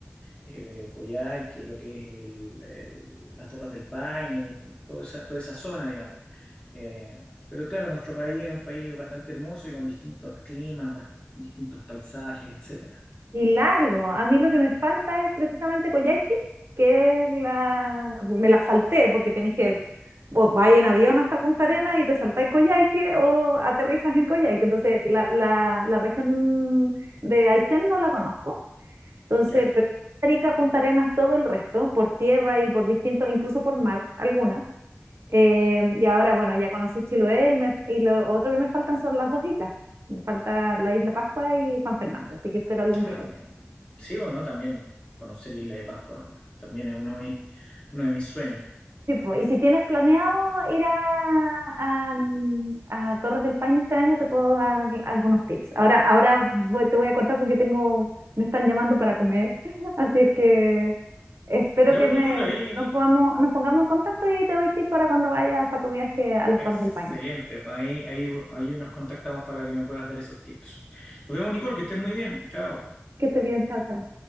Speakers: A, on the left; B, on the right.
A: eh, de Coyhaique, lo que es el- el- las Torres del Paine, to- toda esa, toda esa zona, digamos. Eh, pero claro, nuestro país es un país bastante hermoso y con distintos climas, bas- distintos paisajes, etcétera.
B: Y largo, a mí lo que me falta es precisamente Coyhaique, que es la, me la salté porque tenéis que vos vais en avión hasta Punta Arenas y te saltáis Coyhaique o aterrizas en Coyhaique. Entonces, la, la, la región de Aysén no la conozco. Entonces,
A: Ya.
B: pero Arica, Punta Arenas, todo el resto, por tierra y por distintos, incluso por mar, algunas. Eh, y ahora, bueno, ya conocí Chiloé y, me- y lo otro que me faltan son las dos islas. Me falta la Isla Pascua y Juan Fernández, así que espero algún
A: Ah,
B: día
A: bueno.
B: ir.
A: Sí o no, también conocer Isla de Pascua también es uno de mis, uno de mis sueños.
B: Sí, po, Y si tienes planeado ir a, a, mm, a Torres del Paine este año, te puedo dar algunos tips. Ahora, ahora voy- te voy a cortar porque tengo, me están llamando para comer, <laughs> así es que espero
A: Ya,
B: que
A: pues,
B: me,
A: Nicola, ahí
B: nos podamos, nos pongamos en contacto y ahí te doy tips para cuando vayas para tu viaje a las
A: excelente.
B: Torres del Paine.
A: pues, Ahí, ahí, ahí nos contactamos para que me puedas dar esos tips. Nos vemos, Nicole, que estés muy bien. Chao.
B: Que estés bien, chao, chao.